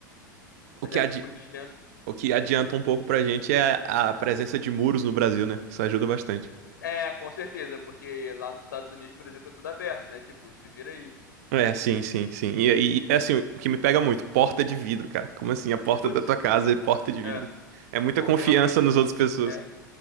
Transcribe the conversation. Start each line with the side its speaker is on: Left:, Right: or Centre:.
Right: O
Left: Mas
Right: que,
Left: é
Right: adi-
Left: muito extenso.
Right: o que adianta um pouco pra gente é a a presença de muros no Brasil, né? Isso ajuda bastante.
Left: É, com certeza, porque lá nos Estados Unidos, por exemplo, é tudo aberto, né? Tipo, se vira aí.
Right: É, sim, sim, sim. E, e é assim, o que me pega muito, porta de vidro, cara. Como assim, a porta
Left: Putz,
Right: da tua casa é porta de vidro?
Left: é,
Right: É muita
Left: é confiar
Right: confiança
Left: muito.
Right: nas outras pessoas.
Left: É.